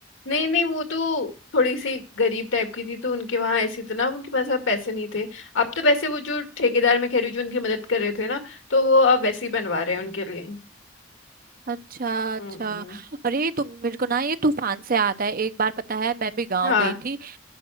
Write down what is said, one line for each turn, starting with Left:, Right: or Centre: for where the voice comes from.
Left: नहीं नहीं वो तो थोड़ी सी गरीब टाइप की थी तो उनके वहां ऐसी इतना उनके पास अब पैसे नहीं थे अब तो वैसे वो जो ठेकेदार मैं कह रही हूँ जो उनकी मदद कर रहे थे ना तो वो अब वैसे ही बनवा रहे हैं उनके लिए
Right: अच्छा अच्छा
Left: हम्म
Right: अरे तुम मेरे को ना ये तूफान से आता है एक बार पता है मैं भी गांव
Left: हाँ
Right: गई थी